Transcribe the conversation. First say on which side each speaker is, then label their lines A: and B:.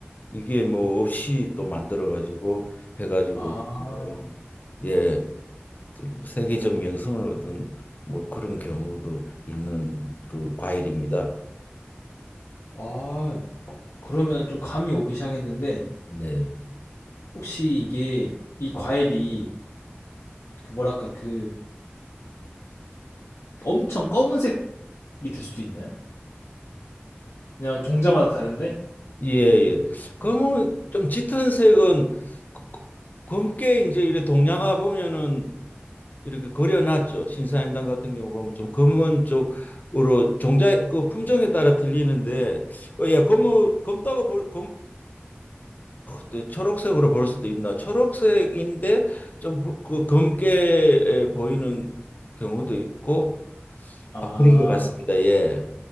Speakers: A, on the left; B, on the left.
A: 이게 뭐 없이 또 만들어가지고 해가지고
B: 아,
A: 뭐, 예 또 세계적 명성을 얻은 뭐 그런 경우도 있는 그 과일입니다.
B: 아, 그러면 좀 감이 오기 시작했는데
A: 네.
B: 혹시 이게 이 과일이 그 뭐랄까 그 엄청 검은색이 될 수도 있나요? 그냥 종자마다 다른데?
A: 예, 예. 그러면 좀 짙은 색은 그- 그- 검게 이제 이래 동양화 보면은 이렇게 그려놨죠. 신사임당 같은 경우 보면 좀 검은 쪽으로 종자 그 품종에 따라 틀리는데 어, 예, 검은 검다고 볼 검, 그, 초록색으로 볼 수도 있나? 초록색인데 좀그 그 검게 보이는 경우도 있고
B: 아,
A: 아, 그런 것 같습니다. 예.